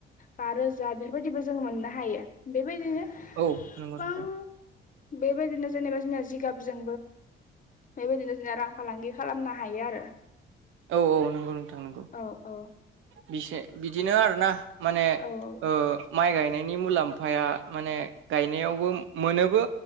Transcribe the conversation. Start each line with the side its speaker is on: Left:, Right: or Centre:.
Left: बा रोजा बेफोरबायदिबो जों मोननो हायो। बेबायदिनो
Right: औ नंगौ
Left: गोबां
Right: नोंथां।
Left: बेबायदिनो जेनेबा जोंना जिगाबजों बेबायदिनो जोंना रां फालांगि खालामनो हायो आरो।
Right: औ औ नंगौ नोंथां नंगौ
Left: औ औ
Right: बि बिदिनो आरोना। माने
Left: औ
Right: ओ माइ गाय बिनि मुलाम्फाया माने गायनायावबो मोनोबो